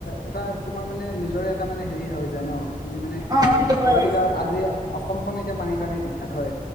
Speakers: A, on the left (about 85°); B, on the right (about 25°).
A: এটা তোমাৰ মানে নিজৰে এটা মানে হেৰি হৈ যায় ন? তুমি মানে!
B: অ সেইটো হয়
A: ক'বাত
B: বাৰু
A: এতিয়া আজি অসমখন এতিয়া মানিৰ কাৰণে দিগ খেল হয়।